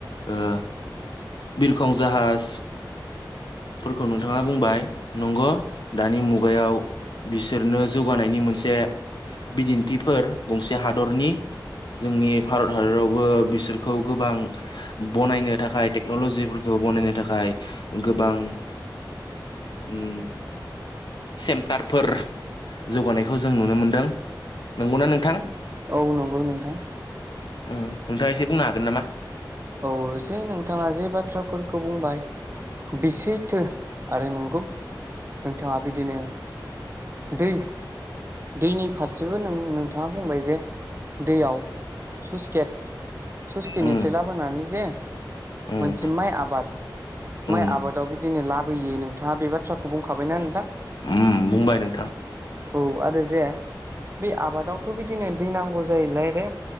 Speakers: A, on the left (about 70°); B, on the right (about 35°).
A: ओ बिरखं जाहाज फोरखौ नोंथाङा बुंबाय नंग दानि मुगायाव बिसोरनो जौगानायनि मोनसे बिदिन्थिफोर गंसे हादरनि। जोंनि भारत हादरावबो बिसोरखौ गोबां बनायनो थाखाय टेक्न'लजिफोरखौ बनायनो थाखाय गोबां उम सेन्टारफोर जौगानायखौ जों नुनो मोनदों नंगौना नोंथां
B: औ नंगौ नोंथां
A: उम नोंथाङा एसे बुंनो हागोन नामा
B: औ जे नोंथाङा जे बाथ्राफोर खौ बुंबाय बि सैथो आरो नंगौ नोंथाङा बिदिनो दै दैनि फारसेबो नों नोंथाङा बुंबाय जे दैयाव सुस गेट सुस गेटनिफ्राय
A: उम
B: लाबोनानै जे
A: उम
B: मोनसे माइ आबाद
A: उम
B: माइ आबादाव बिदिनो लाबोयो नोंथाङा बे बाथ्राखौ बुंखाबायनों
A: उम बुंबाय नोंथां
B: औ आरो जे बे आबादावथ' बिदिनो दै नांगौ जायोलाय रे